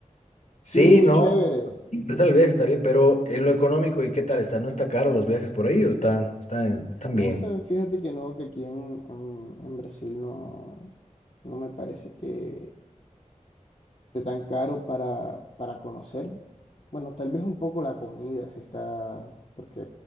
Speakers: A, on the left; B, on the left.
A: sí,
B: sí,
A: es muy
B: ¿no?
A: chévere.
B: Empezar el viaje está bien, pero en lo económico, ¿y qué tal está? ¿No está caro los viajes por ahí o están, están, están
A: No,
B: bien?
A: o sea, fíjate que no, que aquí en, en, en Brasil no, no me parece que esté tan caro para, para conocer. Bueno, tal vez un poco la comida, sí está, porque